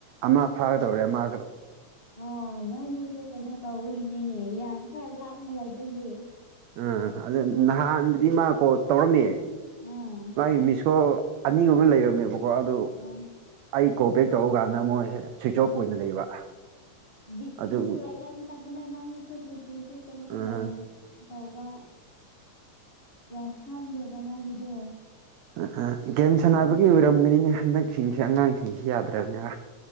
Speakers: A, on the right; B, on the left.
A: ꯑꯃ ꯐꯥꯒꯗꯧꯔꯦ ꯃꯥꯁꯨ
B: ꯑꯣ ꯅꯣꯏꯅꯤꯁꯨ ꯀꯩꯅꯣ ꯇꯧꯕꯒꯤꯅꯤꯅꯦ ꯌꯥꯝ ꯈꯔ ꯂꯥꯞꯅ ꯂꯩꯕꯒꯤ
A: ꯑꯥ ꯑꯗꯨ ꯅꯍꯥꯟꯕꯨꯗꯤ ꯃꯥ ꯀꯣꯜ ꯇꯧꯔꯝꯃꯦ
B: ꯑꯥ
A: ꯃꯥꯒꯤ ꯃꯤꯁꯀꯣꯜ ꯑꯅꯤꯒꯨꯝꯕ ꯂꯩꯔꯝꯃꯦꯕꯀꯣ ꯑꯗꯨ
B: ꯑꯥ
A: ꯑꯩ ꯀꯣꯜꯕꯦꯛ ꯇꯧ ꯀꯥꯟꯗ ꯃꯣꯏꯁꯦ ꯁ꯭ꯋꯤꯁ ꯑꯣꯐ ꯑꯣꯏꯅ ꯂꯩꯕ
B: ꯕꯦꯇ꯭ꯔꯤꯁꯨ
A: ꯑꯗꯨ
B: ꯂꯩꯒꯟꯗꯕꯅꯦ ꯃꯥꯒꯤꯁꯦ ꯕꯌꯨꯇꯤꯁꯦ ꯀꯩꯅꯣ
A: ꯑꯥ
B: ꯌꯥꯝ ꯇꯧꯕ ꯑ ꯌꯥꯝ ꯈꯥꯡꯗꯦꯕ ꯃꯥꯒꯤꯗꯣ
A: ꯑꯍꯥ ꯒꯦꯝ ꯁꯥꯟꯅꯕꯒꯤ
B: ꯑꯗꯨ
A: ꯑꯣꯏꯔꯝꯒꯅꯤꯅꯦ ꯍꯟꯗꯛꯁꯤꯡꯁꯤ ꯑꯉꯥꯡꯁꯤꯡꯁꯤ ꯌꯥꯗ꯭ꯔꯕꯅꯤ